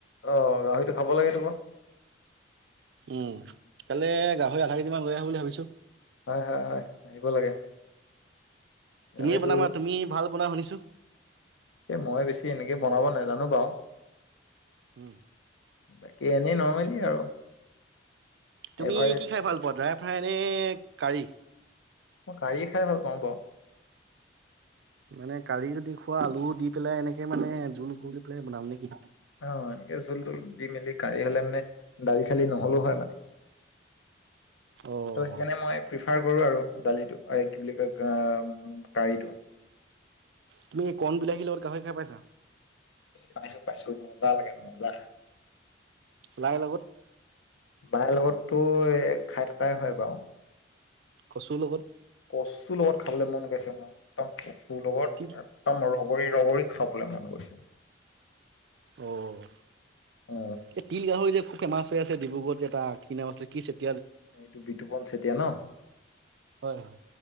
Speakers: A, on the left; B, on the right.
A: অ', গাহৰিটো খাব লাগে। <unintelligible>
B: উম, কাইলে গাহৰি আধা <unintelligible> লৈ আহো বুলি ভাবিছো।
A: হয় হয় হয়, আহিব লাগে।
B: তুমিয়ে
A: গাহৰিটো
B: বনাবা, তুমি ভাল বনোৱা শুনিছো।
A: এই মই বেছি এনেকে বনাব নাজানো বাওঁ।
B: উম।
A: বাকী, এনেই নৰ্মেলি আৰু
B: তুমি
A: এভাৰেজ
B: কি খাই ভাল পোৱা? ড্ৰাই ফ্ৰাই নে কাৰী?
A: মই কাৰীয়ে খাই ভাল পাওঁ বাওঁ।
B: মানে কাৰি যদি খোৱা, আলু দি পেলাই এনেকে মানে জুল কৰি পেলাই বনাম নেকি?
A: অ', এনেকে জুল তোল দি মেলি কাৰী হলে মানে, দালি-চালি নহলেওঁ হয় মানে।
B: অ'।
A: ত' সেইকাৰণে মই প্ৰি <unintelligible> কৰো আৰু দালিটো এই কি বুলি কয় আহ কাৰিটো
B: তুমি কণ বিলাহীৰ লগত গাহৰি খাই পাইছা?
A: পাইছো পাইছো, মজা লাগে মজা।
B: লাইৰ লগত?
A: বাইৰ লগততো এ, খাই থকাই হয় বাৰু।
B: কচুৰ লগত।
A: কচুৰ লগত খাবলৈ মন গৈছে মোৰ, একদম কচ <unintelligible> লগত
B: তিল
A: একদম ৰগৰ ৰগৰী খাবলে মন গৈছে।
B: অ',
A: অ
B: এ, তিল-গাহৰি যে, খুব ফেমাচ হৈ আছে, ডিব্ৰুগড়ত যে এটা, কি নাম আছিলে? কি <unintelligible>
A: এইটো বিতুপন চেতিয়া ন?
B: হয় হয়।